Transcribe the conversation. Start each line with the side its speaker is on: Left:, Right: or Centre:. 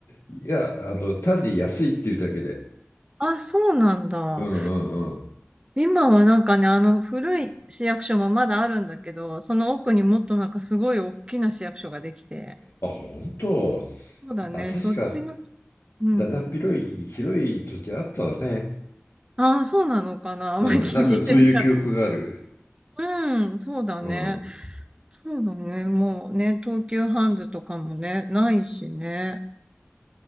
Left: いや、あの、単に安いっていうだけで。
Right: あ、そうなんだ。
Left: うんうんうん。
Right: 今はなんかね、あの古い市役所もまだあるんだけど、その奥にもっとなんかすごい大きな市役所ができて。
Left: あ、本当。
Right: そうだね、
Left: あ、確か、
Right: そっちの、うん。
Left: だだっ広い、広い時あったわね。
Right: ああ、そうなのかな。あまり気にしてなかっ
Left: うん。なんかそういう記憶がある。
Right: た。うん、そうだね。
Left: うん。
Right: そうだね。もうね、東急ハンズとかもね、ないしね。